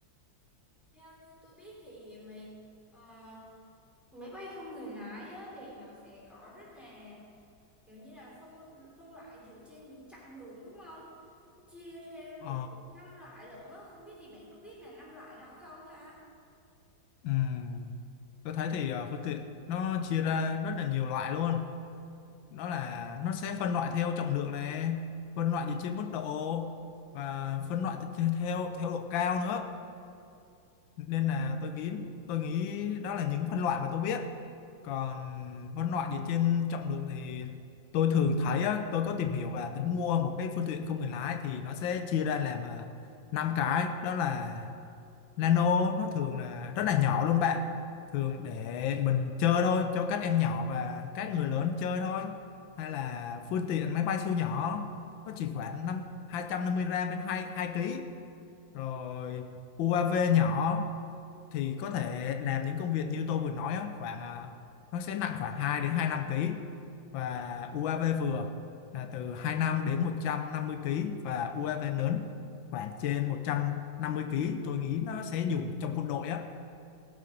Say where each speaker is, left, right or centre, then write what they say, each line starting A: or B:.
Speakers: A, in the centre; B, on the left (about 85°).
A: theo như tôi biết thì mày ờ, máy bay không người lái á, thì nó sẽ có rất là kiểu như là phân phân loại dựa trên những trọng lượng đúng không Nó chia theo
B: ờ,
A: được năm loại lận á không biết thì bạn có biết là năm loại đó không ha
B: ừm, tôi thấy thì ờ, phương tiện nó chia ra rất là nhiều loại luôn nó là nó sẽ phân loại theo trọng lượng này phân loại dựa trên mức độ và phân loại theo theo theo độ cao nữa nên là tôi nghĩ tôi nghĩ đó là những phân loại mà tôi biết còn phân loại dựa trên trọng lượng thì tôi thường thấy á, tôi có tìm hiểu và tính mua một cái phương tiện không người lái thì nó sẽ chia ra làm à, năm cái đó là nano nó thường là rất là nhỏ luôn bạn thường để mình chơi thôi cho các em nhỏ và các người lớn chơi thôi hay là phương tiện máy bay siêu nhỏ nó chỉ khoảng năm 250 gram đến 2 2 ký rồi UAV nhỏ thì có thể làm những công việc như tôi vừa nói á, khoảng à, nó sẽ nặng khoảng 2 đến 25 ký và
A: Ừ.
B: UAV vừa là từ 25 đến một trăm năm mươi ký và UAV lớn khoảng trên một trăm năm mươi ký tôi nghĩ nó sẽ dùng trong quân đội á